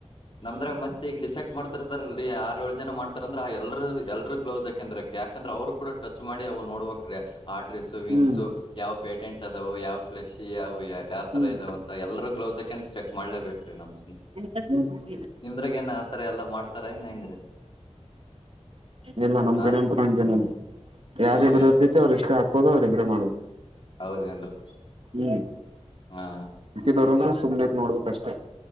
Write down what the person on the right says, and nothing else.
ಹ್ಮ್
ಹ್ಮ್
ಹ್ಮ್
ಎಲ್ಲ ನಮ್
ಕಡೆ ಹಾಗೇನು ಇಲ್ರಿ ಯಾರಿಬ್ಬರು
ಹತೈತಿ ಅವರು ಇಷ್ಟ ಹಾಕ್ಬೋದು ಅವರಿಬ್ಬರೆ ಮಾಡೋದು
ಹ್ಮ್
ದರೋದ್ರ ಸುಮ್ನೆದ ನೋಡ್ಬೇಕ ಅಷ್ಟೇ